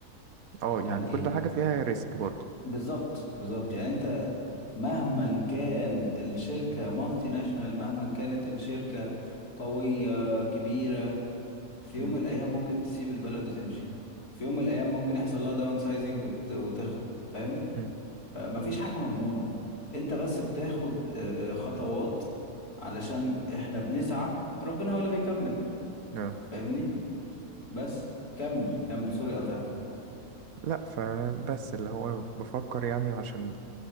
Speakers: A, on the right; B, on the left.
A: اه يعني
B: يعني
A: كل
B: ايه
A: حاجة فيها ريسك برضه
B: بالظبط بالظبط يعني انت مهما كان الشركة مالتي ناشونال مهما كانت الشركة قوية كبيرة في
A: مم.
B: يوم من الأيام ممكن تسيب البلد وتمشي في يوم من الأيام ممكن يحصل لها داون سايزنج وتخرب فاهم
A: مم.
B: فمفيش حاجة مضمونة انت بس بتاخد آه، آه، خطوات علشان احنا بنسعى ربنا هو اللي بيكمل
A: آه.
B: فاهمني بس كمل كمل سوري قطعتك
A: لا فبس اللي هو بفكر يعني عشان